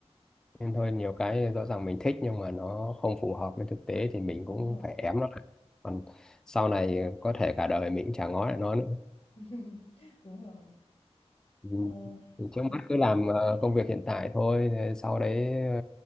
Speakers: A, in the centre; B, on the left (about 60°).
A: nên thôi nhiều cái rõ ràng mình thích nhưng mà nó không phù hợp với thực tế thì mình cũng
B: đúng rồi
A: phải ém nó lại còn sau này có thể cả đời mình cũng chả ngó lại nó nữa
B: <laughs> đúng rồi
A: Ừ.
B: ờ,
A: Thì trước
B: thì
A: mắt cứ làm ờ, công việc hiện tại thôi rồi sau đấy ờ,